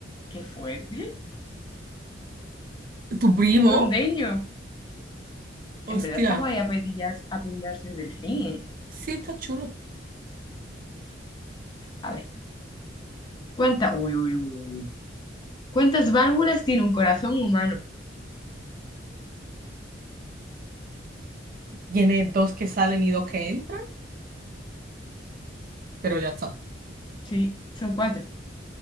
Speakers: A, on the left; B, on the right.
A: qué fuerte.
B: ¿Tu
A: <laughs>
B: primo?
A: Un rondeño. En
B: Hostia.
A: verdad está guay apellidarse, apellidarse Delfín. ¿eh?
B: Sí, está chulo.
A: A ver, ¿cuántas? Uy, uy, uy, uy, uy. ¿Cuántas válvulas tiene un corazón humano?
B: Tiene dos que salen y dos que entran, pero ya está.
A: Sí, son cuatro.